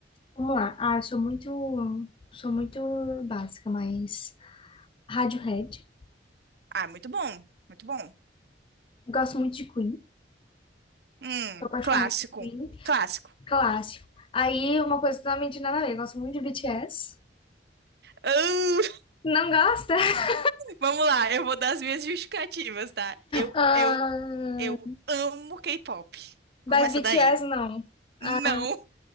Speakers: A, on the left; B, on the right.
A: Vamos lá. Ah, eu sou muito. Sou muito básica, mas. Radiohead.
B: Ah, muito bom, muito bom.
A: Gosto muito de Queen.
B: Hum,
A: Tô apaixonada
B: clássico,
A: por Queen.
B: clássico.
A: Clássico. Aí, uma coisa totalmente nada a ver. Eu Gosto muito de BTS.
B: Ah, <laughs>
A: Não gosta? <laughs>
B: vamos lá, eu vou dar as minhas justificativas, tá? Eu,
A: Ah,
B: eu, eu amo K-pop.
A: mas
B: Começa
A: BTS
B: daí.
A: não. Ah,
B: Não.